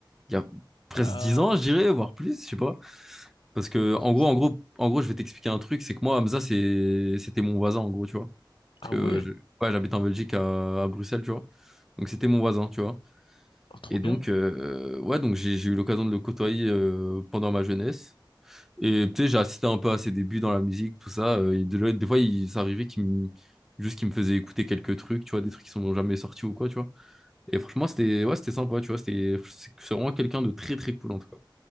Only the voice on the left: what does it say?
Ah,
Jesus.
ah
ouais,
Oh, trop
bien.